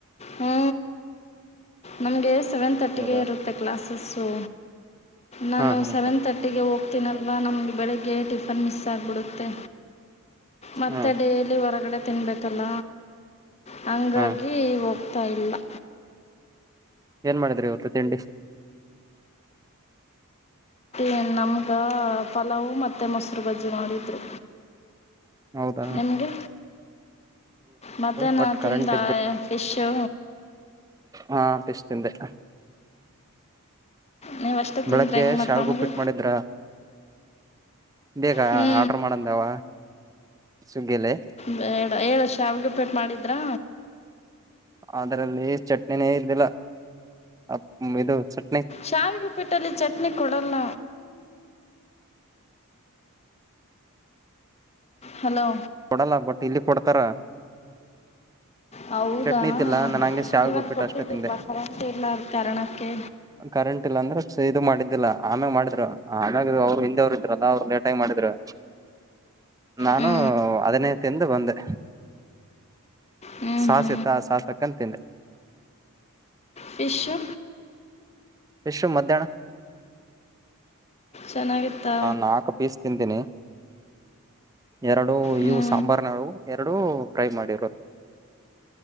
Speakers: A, on the left; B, on the right.
A: ಹು ನಮಗೆ ಸೆವೆನ್ ತರ್ಟಿಗೆ
B: ಹೌದಾ
A: ಇರು ತ್ತೆ ಕ್ಲಾಸಸು ನಾನು
B: ಹಾ ಹಾ
A: ಸೆವೆನ್
B: ಹ
A: ತ ಟ್ಟಿಗೆ ಹೋಗ್ತೀನಲ್ವಾ ನಮ್ಗ ಬೆಳಿಗ್ಗೆ ಟಿಫನ್ ಮಿಸ್ ಆಗ್ಬಿಡುತ್ತೆ. ಮತ್ತೆ
B: ಹಾ
A: ಡೇಲಿ ಹೊರಗಡೆ ತಿನ್ಬೇಕ ತ್ತಲ ಹಂಗಾಗಿ
B: ಹಾ
A: ಹೋಗ್ತಾ ಇಲ್ಲಾ.
B: ಏನ್ ಮಾಡಿದ್ರಿ ಇವತ್ತು ತಿಂಡಿ.
A: ಏನ್ ನಮಗಾ ಪಲಾವು ಮತ್ತು ಮೊಸರು ಬಜ್ಜಿ ಮಾಡಿದ್ರು.
B: ಹೌದ ನ
A: ಹು ರಿ ಮಧ್ಯಾಹ್ನ
B: ಬಟ್ ಕರೆಂಟ್
A: ತಿಂದ ಫೀಸು
B: ಹಾ ಪಿಸ್ತಿಂದೆ
A: ನೀವಷ್ಟೇ
B: ಬೆಳಗ್ಗೆ
A: ತಿಂದ್ರೆ ಹೆಂಗೆ ಮತ್ತು
B: ಶಾವಗುಪ್ಪಿಟ್
A: ನಮಗೆ
B: ಮಾಡಿದ್ರಾ. ಬೇಕಾ
A: ಹ್ಞೂ
B: ಆರ್ಡ್ರ ಮಾಡಂದಾವ ಸುಗ್ಗಿಯಲ್ಲಿ
A: ಬೇಡಾ ಹೇಳ ಶಾವಿಗೆ ಉಪಿಟ್ ಮಾಡಿದ್ರಾ
B: ಅದ್ರಲ್ಲಿ ಚಟ್ನಿನೇ ಇದ್ದಿಲ್ಲ ಅಮ್ ಇದು ಚಟ್
A: ಶಾವಗಪ್ಪಿಟ್ಟಲ್ಲಿ ಚಟ್ನಿ ಕೊಡಲ್ಲ ಹಲೋ
B: ಕೊಡಲ್ಲ ಬಟ್ ಇಲ್ಲಿ ಕೊಡ್ತಾರ.
A: ಹೌದಾ
B: ಚಟ್ನಿ ಇದ್ದಿಲ್ಲ ನಾನ್ ಹಂಗೆ ಶಾವಿಗೆ
A: ಇವಾಗ
B: ಉಪ್ಪಿಟ್ಟು
A: ಕೊಡ್ತಟ್ಟಿಲ್ವಾ
B: ಅಷ್ಟೇ ತಿಂದೆ
A: ಕರೆಂಟ್ ಇಲ್ಲಾರದ ಕಾರಣಕ್ಕೆ
B: ಕರೆಂಟ್ ಇಲ್ಲ ಅಂದ್ರೆ ಇದು ಮಾಡಿದ್ದಿಲ್ಲ ಆನು ಮಾಡಿದ್ರು ಆಮ್ಯಾಗ ಅವರು ಹಿಂದೆರು ಇದ್ರಲ್ಲ ಅವ್ರು ಲೇಟಾಗಿ ಮಾಡಿದ್ರು. ನಾನು
A: ಹ್ಞೂ
B: ಅದನೆ ತಿಂದ ಬಂದೆ.
A: ಹ್ಞೂ
B: ಸಾಸ್
A: ಹ್ಞೂ
B: ಇತ್ತ ಆ ಸಾಸ್ ಹಾಕಂದ ತಿಂದೆ.
A: ಫಿಶು
B: ಫೀಸು ಮಧ್ಯಾಹ್ನ
A: ಚೆನ್ನಾಗಿತ್ತಾ
B: ನಾಕ.. ಪೀಸ್ ತಿಂತೀನಿ ಎರಡು
A: ಹ್ಞೂ
B: ಇವು ಸಾಂಬಾರ್ ನವು ಎರಡು ಪ್ರೈ ಮಾಡಿರೋ